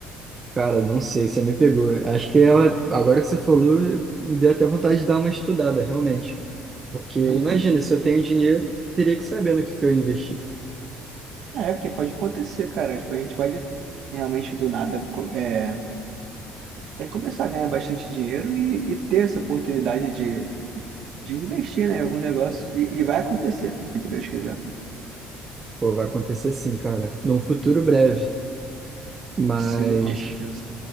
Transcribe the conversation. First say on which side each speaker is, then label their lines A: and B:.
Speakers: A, on the right (about 30°); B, on the right (about 65°).
A: Cara, não sei, você me pegou. Acho que ela, agora que você falou, me deu até vontade de dar uma estudada, realmente. Porque imagina,
B: <laughs>
A: se eu tenho dinheiro, teria que saber no que que eu investi.
B: É, porque pode acontecer, cara, tipo, a gente pode realmente do nada co- é, é começar a ganhar bastante dinheiro e, e ter essa oportunidade de, de investir, né, em algum negócio, e, e vai acontecer, se Deus quiser.
A: Pô, vai acontecer sim, cara, num futuro breve. Mas,
B: Sim, com certeza.